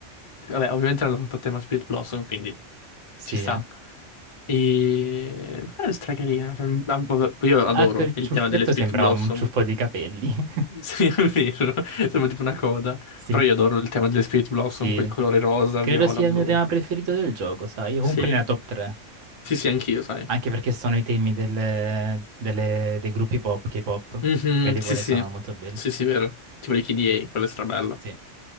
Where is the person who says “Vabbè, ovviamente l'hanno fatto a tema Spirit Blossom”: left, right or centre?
Left